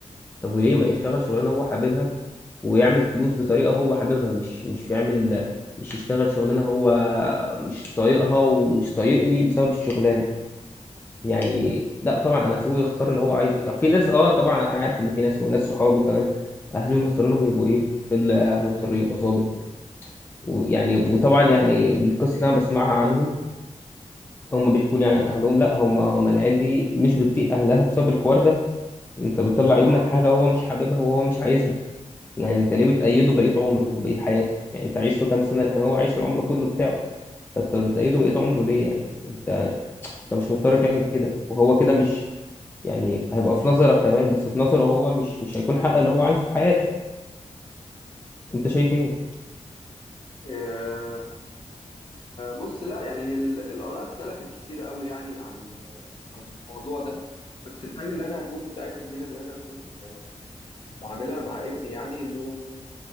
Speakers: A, on the left; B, on the left.
A: طب وليه ما يشتغل شغلانه هو حاببها ويعمل فلوس بطريقه هو حاببها مش مش يعمل مش يشتغل شغلانه هو مش طايقها ومش طايقني بسبب الشغلانه يعني لا طبعا انا هسيبه يختار اللي هو عايزه يعني في ناس اه طبعا انا عارف ان في ناس وناس صحابي كمان اهلهم يختاروا لهم يبقوا ايه في اللي اهله اختاروا يبقى ظابط ويعني وطبعا يعني القصه اللي انا بسمعها عنهم هم بيحكوا لي يعني عن اهلهم لا هم هم العيال دي مش بتطيق اهلها بسبب الحوار ده انت بتطلع ابنك
B: اه
A: حاجه هو مش حاببها وهو مش عايزها يعني انت ليه بتأيده بقية عمره وبقية حياته يعني انت عايش له كام سنة لكن هو عايش العمر كله بتاعه فانت بتأيده بقية عمره ليه يعني انت انت مش مضطر تعمل كده وهو كده مش يعني هيبقى في نظرك تمام بس في نظره هو مش مش هيكون حقق اللي هو عايزه في حياته انت شايف ايه
B: آه، بص لا يعني ال- الآراء اختلفت كتير قوي يعني عن ال- عن الموضوع ده بس الحاجة اللي أنا هكون متأكد منها اللي أنا هكون بعملها مع ابني يعني إنه